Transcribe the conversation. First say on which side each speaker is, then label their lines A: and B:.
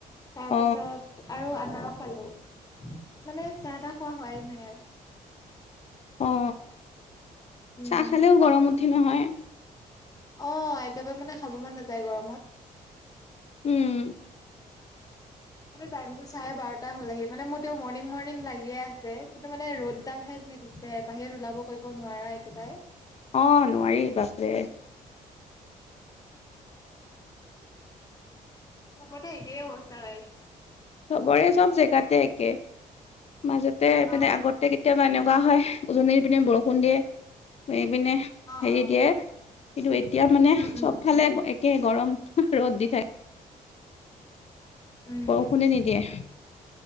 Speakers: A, on the left (about 25°); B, on the left (about 45°).
A: তাৰ
B: অ
A: পিছত আৰু আনাৰস খালোঁ মানে চাহ তাহ খোৱা হোৱাই নাই আৰু।
B: অ
A: উম
B: চাহ খালেও গৰম উঠে নহয়।
A: আহ একেবাৰে মানে খাব মন নাযায় গৰমত।
B: উম
A: টাইম বোৰ চাই বাৰটা হ'ল আহি মানে মোৰ তেওঁ মৰ্ণিং মণিং লাগিয়ে আছে কিন্তু মানে ৰ'দডাল হে। <unintelligible> পিছে দিছে বাহিৰত ওলাব কৰিব নোৱাৰা একেবাৰে।
B: অ নোৱাৰি বাপৰে।
A: চবতে একেই অৱস্থা হৈ আছে।
B: চবৰে চব জেগাতে একে মাজতে মানে
A: অ',
B: আগতে কেতিয়াবা এ লগা হয় উজনিৰ পিনে বৰষুণ দিয়ে। পিনে হেৰি
A: অ', অ',
B: দিয়ে কিন্তু এতিয়া মানে
A: উম, উম,
B: চব ফালে একে গৰম ৰ'দ দি থাকে।
A: উম,
B: বৰষুণে নিদিয়ে।